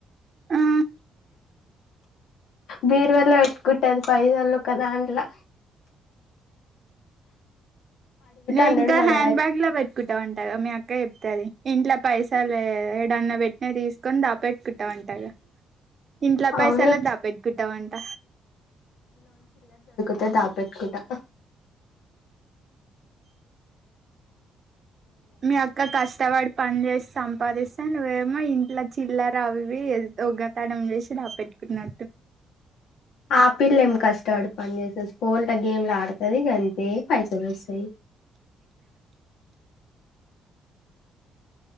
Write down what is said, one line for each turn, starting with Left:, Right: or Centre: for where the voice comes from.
Right: ఆ
Left: బీరువాలో పెట్టుకుంటది పైసలు ఒక దాంట్లో,
Right: నువ్వు
Left: అన్నాడు
Right: ఇంకా
Left: మా
Right: హ్యాండ్
Left: డాడీ
Right: బ్యాగ్ లో పెట్టుకుంటావంటాగా మీ అక్క ఇంట్లో పైస లే ఏడన్నా పెట్నే తీసుకొని దాపెట్టుకుంటా వంటగా ఇంట్ల పైసలే
Left: అవును
Right: దాపెట్టుకుంటావంట,
Left: తే దాపెట్టుకుంటా
Right: మీ అక్క కష్టపడి పని చేేసి సంపాదిస్తే నువ్వే మా ఇంట్లో చిల్లర అవి ఇవి దొంగతనం చేసి దాపెట్టుకున్నా
Left: ఆపిల్ల ఏం కష్టపడు పని చేసేసి ఫోన్లతో గేమ్లు ఆడుతది ఇగ అంతే పైసలు వస్తయ్.